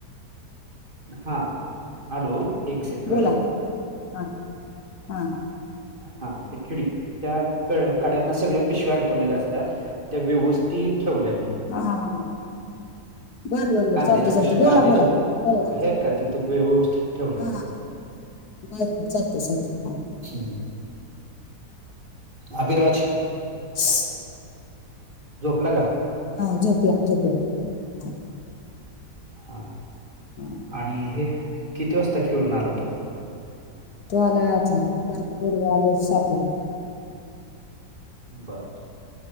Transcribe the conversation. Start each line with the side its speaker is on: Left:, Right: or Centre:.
Right: हा हॅलो एक सेकंद
Left: बोला हा हा
Right: हा ते खिडक्या कड्यांना सगळ्या पिशव्या अडकवलेल्या असतात. त्या व्यवस्थित ठेवल्या मी
Left: हा हा हा हा बरं बरं बरं
Right: कांद्याच्या
Left: चालत
Right: पिश
Left: चालत बोला
Right: कांद्याची
Left: बोला बोला त
Right: आहेत का तिथं व्यवस्थित ठेवल्या
Left: हा बरं बर चालतंय चालतंय हां
Right: हम्म अभिराज
Left: ह
Right: झोपला का?
Left: ह झोपला झोपला हा,
Right: हा
Left: हम
Right: आणि हे किती वाजता खेळून आला तो?
Left: तो आला आठला बारक पोरांग आले सातला
Right: बरं